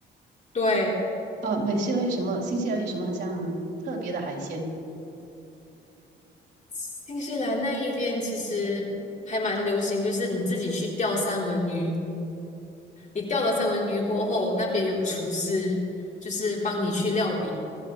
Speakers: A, on the left; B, on the right.
A: 对，
B: 啊，美西兰有什么？新西兰有什么很像特别的海鲜？
A: 新西兰那一边其实还蛮流行，就是你自己去钓三文鱼，你钓了三文鱼过后，那边有厨师，就是帮你去料理。